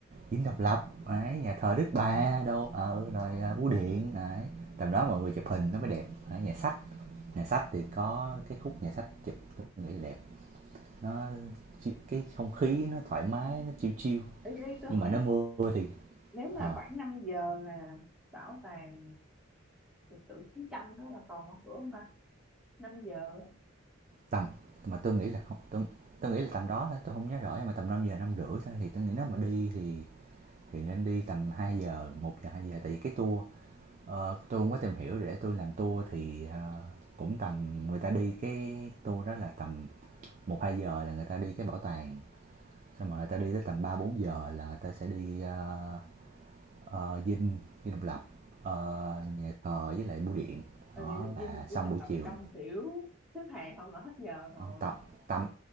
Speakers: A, on the right (about 40°); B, in the centre.
A: Dinh Độc Lập, đấy, nhà thờ Đức Bà đâu, ở rồi
B: Ờ.
A: à, Bưu Điện, đấy. Tầm đó mọi người chụp hình nó mới đẹp. Đấy, nhà sách, nhà sách thì có cái khúc nhà sách chụp tôi nghĩ đẹp. Nó cái không khí nó thoải mái, nó chill chill.
B: ý, ý tôi
A: Nhưng
B: hỏi
A: mà nó mưa thì
B: nếu mà
A: ờ,
B: khoảng 5 giờ là bảo tàng lịch sử chiến tranh đó là còn mở cửa không ta 5 giờ
A: tầm mà tôi nghĩ là không tôi, tôi nghĩ là tầm đó thôi, tôi không nhớ rõ nhưng mà tầm 5 giờ 5 rưỡi thôi thì tôi nghĩ nếu mà đi thì thì nên đi tầm 2 giờ, một giờ 2 giờ tại vì cái tour Ờ, tôi cũng có tìm hiểu để tôi làm tour thì ờ, cũng tầm người ta đi cái tour đó là tầm một 2 giờ là người ta đi cái bảo tàng, xong rồi người ta đi tới tầm 3 4 giờ là người ta sẽ đi ờ, ờ, dinh dinh độc lập, ờ, nhà thờ với lại bưu điện.
B: Ừ,
A: Đó là
B: Vinh Vinh
A: xong
B: độc
A: buổi
B: lập
A: chiều.
B: đông xỉu xếp hàng không là hết giờ rồi
A: Ờ, Tầm tầm